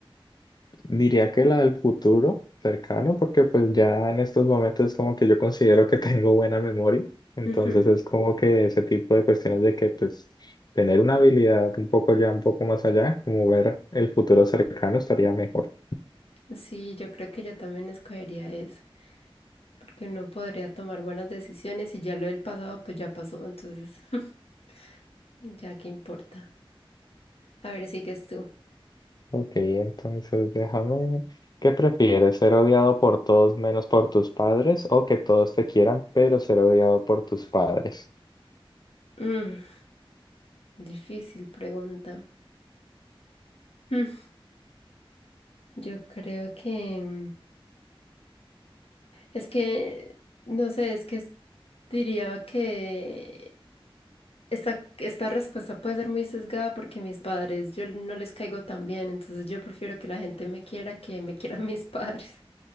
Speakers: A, on the left (about 45°); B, on the left (about 90°).
A: Diría que la del futuro cercano, porque pues ya en estos momentos es como que yo considero que <laughs> tengo buena memoria, entonces
B: <laughs> Ujú.
A: es como que ese tipo de cuestiones de que pues tener una habilidad un poco ya, un poco más allá, como ver el futuro cercano estaría mejor.
B: Sí, yo creo que yo también escogería eso, porque uno podría tomar buenas decisiones y ya lo del pasado pues ya pasó, entonces <laughs> ya qué importa. A ver, sigues tú.
A: Ok, entonces déjame, ¿qué prefieres? ¿Ser odiado por todos menos por tus padres o que todos te quieran, pero ser odiado por tus padres?
B: Mm, difícil pregunta. Mm, yo creo que es que, no sé, es que es- diría que Esta, esta respuesta puede ser muy sesgada porque mis padres, yo no les caigo tan bien, entonces yo prefiero que la gente me quiera que me quieran mis padres.